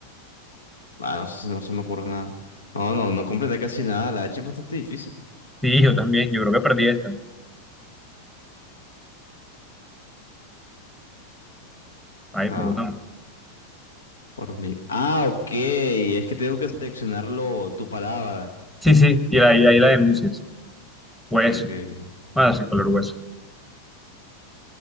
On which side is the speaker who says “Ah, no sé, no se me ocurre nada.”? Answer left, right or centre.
Left